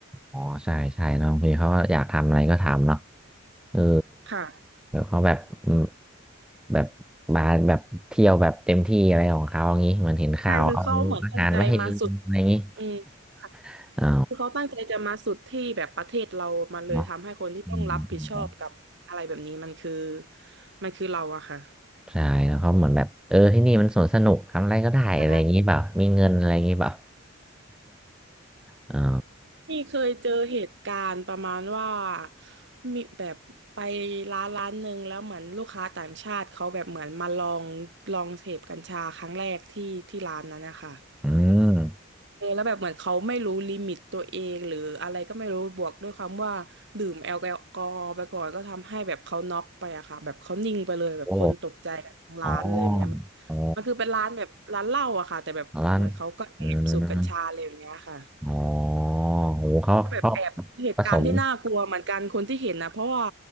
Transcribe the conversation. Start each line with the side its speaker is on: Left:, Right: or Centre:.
Centre: อ๋อใช่ใช่เนอะบางทีเขาก็อยากทำอะไรก็ทำเนาะเออ
Right: ค่ะ
Centre: แบวเขาแบบอืมแบบมาแบบเที่ยวแบบเต็มที่อะไรของเขาอย่างนี้เหมือนเห็นข่าวเอาอาหารไว้ให้ลิงอะไรอย่างนี้
Right: ใช่คือเขาเหมือนตั้งใจมาสุดอืมค่ะ
Centre: <laughs> อ๋อ
Right: คือเขาตั้งใจจะมาสุดที่แบบประเทศเรามาเลยทำให้คนที่ต้องรับผิดชอบกับอะไรแบบนี้มันคือ
Centre: เนาะอืมอืม
Right: มันคือเราอะค่ะ
Centre: ใช่แล้วเขาเหมือนแบบเออที่นี่มันสวนสนุกทำอะไรก็ได้อะไรอย่างนี้เปล่ามีเงินอะไรอย่างนี้เปล่า
Right: ใช่
Centre: <laughs> อ๋อ
Right: นี่เคยเจอเหตุการณ์ประมาณว่ามีแบบไปร้านร้านหนึ่งแล้วเหมือนลูกค้าต่างชาติเขาแบบเหมือนมาลองลองเสพกัญชาครั้งแรกที่ที่ร้านนั้นนะคะ
Centre: อืม
Right: เออแล้วแบบเหมือนเขาไม่รู้ลิมิตตัวเองหรืออะไรก็ไม่รู้บวกด้วยความว่าดื่มแอลกอฮอล์ไปก่อนก็ทำให้แบบเขาน็อกไปอะค่ะแบบเขานิ่งไปเลยแบบคนตกใจกันทั้งร้านเลยแบบเนี้ยมัน
Centre: โอ้อ๋ออ๋อ
Right: มันคือเป็นร้านแบบร้านเหล้าอะค่ะแต่แบบเหมือนเขาก็แอบสูบกัญชาเลยแบบเนี้ยค่ะ
Centre: ร้านเอือ๋อโหเขาเขา
Right: ก็แบบแอบเหตุการณ์ที่น่ากลัวเหมือนกันคนที่เห็นนะเพราะว่า
Centre: ผสม